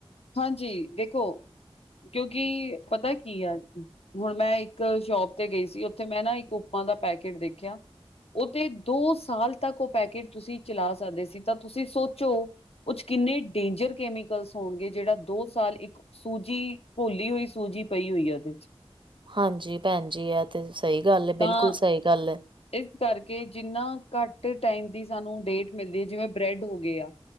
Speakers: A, on the left (about 70°); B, on the right (about 50°).
A: ਹਾਂਜੀ ਦੇਖੋ, ਕਿਉਂਕਿ ਪਤਾ ਕੀ ਆ ਹੁਣ ਮੈਂ ਇੱਕ ਸ਼ੋਪ ਤੇ ਗਈ ਸੀ, ਉੱਥੇ ਮੈਂ ਨਾ ਇੱਕ ਉਪਵਾ ਦਾ ਪੈਕੇਟ ਦੇਖਿਆ। ਉਹ ਤੇ ਦੋ ਸਾਲ ਤੱਕ ਉਹ ਪੈਕੇਟ ਤੁਸੀਂ ਚਲਾ ਸਕਦੇ ਸੀ, ਤਾਂ ਤੁਸੀਂ ਸੋਚੋ ਉਹ ਚ ਕਿੰਨੇ ਡੇਂਜਰ ਕੈਮੀਕਲਸ ਹੋਣਗੇ। ਜਿਹੜਾ ਦੋ ਸਾਲ ਇੱਕ ਸੂਜੀ ਘੋਲੀ ਹੋਈ ਸੂਜੀ ਪਈ ਹੋਈ ਉਹਦੇ ਚ।
B: ਹਾਂਜੀ ਭੈਣ ਜੀ ਐ ਤੇ ਸਹੀ ਗੱਲ ਐ, ਬਿਲਕੁਲ
A: ਤਾਂ
B: ਸਹੀ ਗੱਲ ਐ।
A: ਇਸ ਕਰਕੇ ਜਿੰਨਾ ਘੱਟ ਟਾਈਮ ਦੀ ਸਾਨੂੰ ਡੇਟ ਮਿਲਦੀ, ਜਿਵੇਂ ਬ੍ਰੈਡ ਹੋ ਗਏ ਆ,